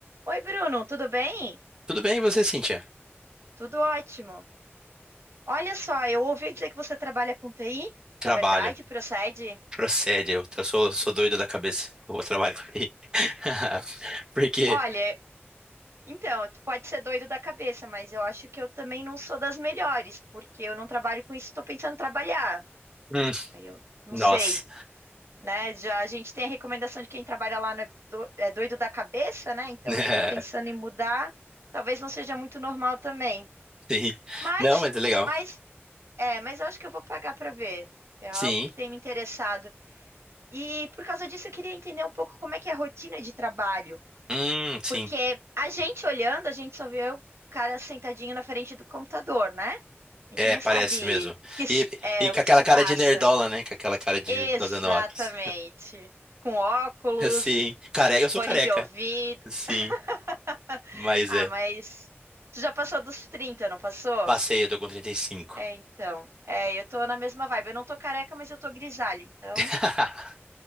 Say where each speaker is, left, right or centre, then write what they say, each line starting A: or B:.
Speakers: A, on the right; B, on the right.
A: Oi, Bruno, tudo bem?
B: Tudo bem, e você, Cíntia?
A: Tudo ótimo. Olha só, eu ouvi dizer que você trabalha com TI. Isso
B: Trabalha,
A: é verdade? Procede?
B: procede. Eu, eu sou, sou doido da cabeça. <laughs> Eu trabalho com I A. <laughs> por aí. Porque,
A: Olha, então, tu pode ser doido da cabeça, mas eu acho que eu também não sou das melhores, porque eu não trabalho com isso, estou pensando em trabalhar.
B: hum,
A: Aí eu não
B: nossa,
A: sei, né? Já a gente tem a recomendação de quem trabalha lá não é do- é doido da cabeça, né? Então,
B: <laughs>
A: eu que estou pensando em mudar, talvez não seja muito normal também.
B: Sim.
A: Mas,
B: Não, mas é legal.
A: mas, é, mas eu acho que eu vou pagar para ver. É algo
B: Sim.
A: que tem me interessado. E por causa disso eu queria entender um pouco como é que é a rotina de trabalho,
B: Hum, sim.
A: porque a gente olhando, a gente só vê o cara sentadinho na frente do computador, né? A gente
B: É,
A: não
B: parece
A: sabe
B: mesmo.
A: o que se-
B: E,
A: é
B: e com
A: o que
B: aquela
A: se
B: cara
A: passa
B: de nerdola, né? Com aquela cara de
A: exatamente.
B: fazendo óculos.
A: Com óculos,
B: <laughs> Sim. Careca, eu sou
A: fone
B: careca.
A: de ouvido.
B: Sim.
A: <laughs>
B: Mas
A: Ah,
B: é.
A: mas tu já passou dos 30, não passou?
B: Passei, eu tô com 35.
A: É, então. É, eu tô na mesma vibe. Eu não tô careca, mas eu tô grisalha, então
B: <laughs>